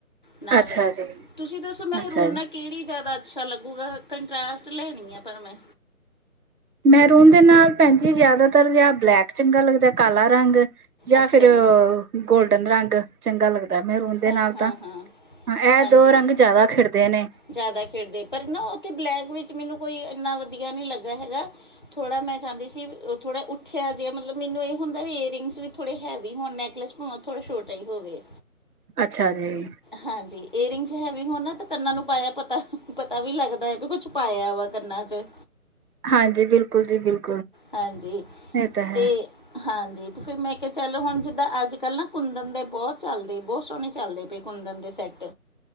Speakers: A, on the left (about 35°); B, on the right (about 85°).
A: ਨਾਲ,
B: ਅੱਛਾ ਜੀ
A: ਤੁਸੀਂ ਦੱਸੋ, ਮਹਿਰੂਨ
B: ਅੱਛਾ ਜੀ
A: ਨਾ ਕਿਹੜੀ ਜਿਆਦਾ ਅੱਛਾ ਲੱਗੂਗਾ? ਕੰਟਰਾਸਟ ਲੈਣੀ ਐ ਪਰ ਮੈਂ
B: ਮੈਹਰੂਨ ਦੇ ਨਾਲ ਭੈਣਜੀ ਜ਼ਿਆਦਾ ਜਾਂ ਬਲੈਕ ਚੰਗਾ ਲੱਗਦਾ ਕਾਲਾ ਰੰਗ ਜਾਂ
A: ਅੱਛਾ
B: ਫਿਰ
A: ਜੀ
B: ਗੋਲਡਨ ਰੰਗ ਚੰਗਾ ਲੱਗਦਾ ਮਹਿਰੂਨ ਦੇ
A: ਹਾਂ
B: ਨਾਲ
A: ਹਾਂ
B: ਤਾਂ
A: ਹਾਂ
B: ਇਹ
A: ਹਾਂਜੀ
B: ਦੋ ਰੰਗ ਜ਼ਿਆਦਾ ਖਿੜ ਦੇ ਨੇ
A: ਜ਼ਿਆਦਾ ਖਿੜਦੇ ਪਰ ਨਾ ਔਥੇ ਬਲੈਕ ਵਿੱਚ ਮੈਨੂੰ ਕੋਈ ਏਨਾ ਵਧੀਆ ਨੀ ਲੱਗਾ ਹੈਗਾ। ਥੋੜਾ ਮੈਂ ਚਾਂਦੀ ਸੀ, ਔ ਥੋੜਾ ਉੱਠੇ ਆ ਜੇ। ਮਤਲਬ ਮੈਨੂੰ ਏਹ ਹੁੰਦਾ ਵੀ ਏਰਿੰਗਸ ਵੀ ਥੋੜੇ ਹੈਵੀ ਹੋਣ, ਨੈਕਲਸ। ਹਾਂ ਥੋੜ੍ਹਾ ਸ਼ੌਟਾ ਈ ਹੋਵੇ।
B: ਅੱਛਾ ਜੀ।
A: ਹਾਂਜੀ, ਏਰਿੰਗਸ ਹੈਵੀ ਹੋਣ ਨਾ, ਤੇ ਕੰਨਾਂ ਨੂੰ ਪਾਇਆ, ਪਤਾ ਪਤਾ ਵੀ ਲੱਗਦਾ ਐ ਵੀ ਕੁਛ, ਪਾਇਆ ਵਾ ਕੰਨਾਂ ਚ।
B: ਹਾਂਜੀ, ਬਿਲਕੁਲ ਜੀ ਬਿਲਕੁਲ।
A: ਹਾਂਜੀ,
B: ਇਹ ਤਾਂ ਹੈ
A: ਤੇ ਹਾਂਜੀ, ਤੇ ਫੇਰ ਮੈਂ ਕਿਆ ਚਲ ਹੁਣ ਜਿੱਦਾਂ ਅੱਜ ਕੱਲ੍ਹ ਨਾ ਕੁੰਦਨ ਦੇ ਬੋਤ ਚੱਲਦੇ, ਬੋਤ ਸੋਣੇ ਚੱਲਦੇ ਪਏ। ਕੁੰਦਨ ਦੇ ਸੈੱਟ।